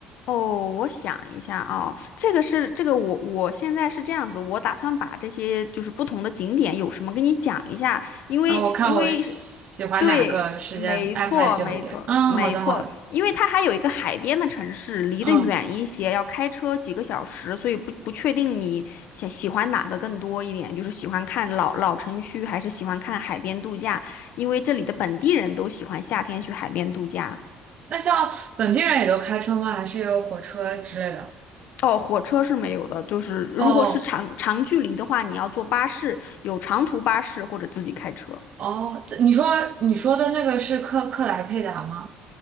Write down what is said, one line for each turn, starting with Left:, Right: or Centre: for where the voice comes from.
Left: 哦，我想一下啊，这个是这个我我现在是这样子，我打算把这些就是不同的景点有什么跟你讲一下，因为因为是
Right: 然后我看我喜欢哪个时间安排久一点。
Left: 对，没错没错没错，
Right: 嗯，好的好的。
Left: 因为它还有一个海边的城市，离得远一些，
Right: 嗯，
Left: 要开车几个小时，所以不不确定你想喜欢哪个更多一点，就是喜欢看老老城区还是喜欢看海边度假，因为这里的本地人都喜欢夏天去海边度假。
Right: 那像本地人也都开车吗？还是有火车之类的？
Left: 哦，火车是没有的，就是如果是长长距离的话，
Right: 哦
Left: 你要坐巴士，有长途巴士或者自己开车。
Right: 哦，这你说你说的那个是克克莱佩达吗？